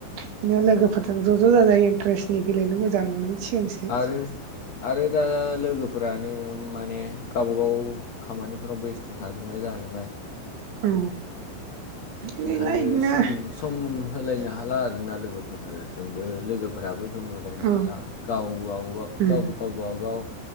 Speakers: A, on the right; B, on the left.
A: बिनो लोगोफोरजों ज' ज' जाजाय इन्ट्रेस्नि गेलेनो मोजां मोनोमोन। सिगांसो
B: आरो आरो दा लोगोफोरानो माने गावबागाव खामानिफोराव बेस्थ' थाजोबनाय जाहैबाय।
A: औ गैला
B: ओंखायनो
A: बिदिनो
B: सम सम होलायनो हाला आरोना लोगोफोरजोंबो लोगोफोराबो जोंबो होलायनो
A: औ
B: हाला गाव वाव
A: उम
B: गाव गाव गावबागाव